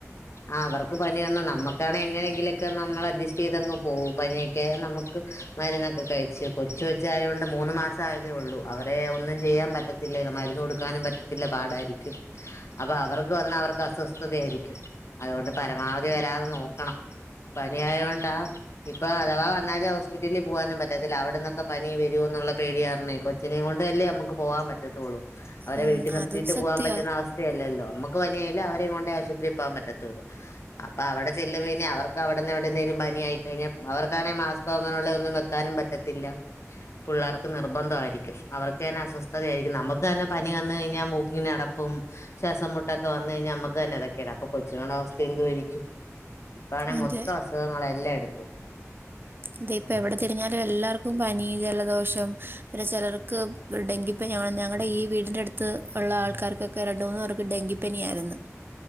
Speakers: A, on the left; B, on the right.
A: ആഹ് അവർക്ക് പനി വന്ന നമ്മക്കാണേ എങ്ങനെയെങ്കിലൊക്കെ നമ്മള് അഡ്ജെസ്റ്റെയ്തങ്ങ് പോവും പനിയൊക്കെയായാ നമ്മക്ക് മരുന്നൊക്കെ കഴിച്ച് കൊച്ചു കൊച്ചായോണ്ട് മൂന്ന് മാസം ആയതേ ഒള്ളൂ അവരെ ഒന്നും ചെയ്യാൻ പറ്റ ത്തില്ല മരുന്ന് കൊടുക്കാനും പറ്റത്തില്ല മരുന്നുകൊട്ക്കാനുംപറ്റത്തില്ല പാടായിരിക്കും, അപ്പൊ അവർക്ക് വന്നാ അവർക്ക് അസ്വസ്ഥതയായിരിക്കും അതുകൊണ്ട് പരമാവധി വരാതെ നോക്കണം പനി ആയോണ്ടാ ഇപ്പൊ അഥവാ വന്നാല് ഹോസ്പിറ്റലി പോവാനും പറ്റത്തില്ല അവിടന്നൊക്കെ പനി വരോന്നുള്ള പേടി കാരണേ കൊച്ചിനേം കൊണ്ടല്ലേ നമുക്ക് പോകാൻ പറ്റത്തൊള്ളൊ അവരെ
B: ഉം,
A: വീട്ടി നിർത്തിയിട്ട്
B: അതും സത്യമാണ്
A: പോവാൻ പറ്റുന്ന അവസ് സ്ഥയല്ലല്ലോ മ്മ്ക്ക് പനിയായാലും അവരേം കൊണ്ടേ ആശുപത്രി പോവാൻ പറ്റത്തുള്ളൂ അപ്പൊ അവടെ ചെല്ലുവേനെ അവർക്ക് അവിടെന്ന് എവിടെന്നേലും പനിയായിക്കഴിഞ്ഞാ അവർക്കാണെ മാസ് ക്കൊ അങ്ങനെയുള്ള ഒന്നും വെക്കാനും പറ്റത്തില്ല, പിള്ളേർക്ക് നിർബന്ധമായിരിക്കും അവർക്ക് തന്നെ അസ്വസ്ഥതയായിരിക്കും നമുക്ക് തന്നെ പനി വന്ന്‌കഴിഞ്ഞാ മൂക്ക്ങ്ങട പ്പും ശ്വാസം മുട്ടൊക്കെ വന്നു കഴിഞ്ഞാ നമ്മക്ക് തന്നെതക്കെടാംപ്പൊ കൊച്ചുങ്ങളുടെ അവസ്ഥഎന്തു ആരിക്കും ഇപ്പാണെ
B: അതെ
A: മൊത്തം അസുഖങ്ങളെല്ലാ എടത്തും,
B: അതെ ഇപ്പ എവിടെ തിരിഞ്ഞാലും എല്ലാർക്കും പനി ജലദോഷം, ചിലർക്ക് ഒരു ഡെങ്കിപ്പനി ഞങ്ങളുടെ ഈ വീടിന്റെ അടു, ത്ത് ഉള്ള ആൾക്കാർക്കൊക്കെ രണ്ട്, മൂന്ന്‌ പേർക്ക് ഡെങ്കിപ്പനിയായിരുന്നു,